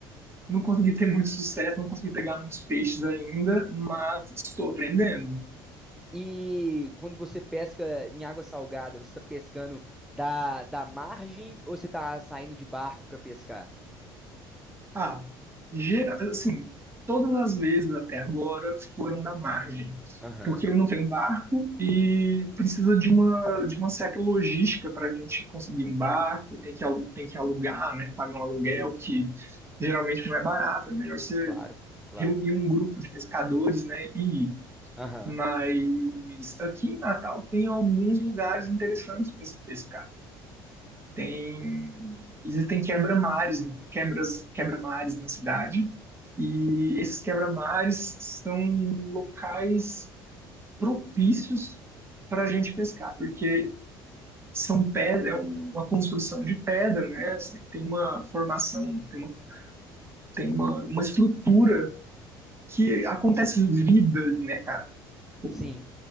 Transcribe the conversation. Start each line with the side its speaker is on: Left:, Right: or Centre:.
Right: Não consegui ter muito sucesso, não consegui pegar muitos peixes ainda, mas estou aprendendo.
Centre: E quando você pesca em água salgada, você está pescando da, da margem ou você está saindo de barco para pescar?
Right: Ah, gera, assim, todas as vezes até agora foram da margem,
Centre: Aham,
Right: porque eu não tenho barco e precisa de uma, de uma certa logística para a gente conseguir um barco, tem que, alu- tem que alugar, né, pagar um aluguel que geralmente não é barato, é melhor você
Centre: claro, claro.
Right: reunir um grupo de pescadores, né, e ir.
Centre: Aham,
Right: Mas aqui em Natal tem alguns lugares interessantes para se pescar tem existem quebra-mares, quebras, quebra-mares na cidade, e esses quebra-mares são locais propícios para a gente pescar, porque são pedra, é um- uma construção de pedra, né? assim, Tem uma formação, tem uma, tem uma, uma estrutura que acontece vida ali, né, cara? Tipo,
Centre: sim,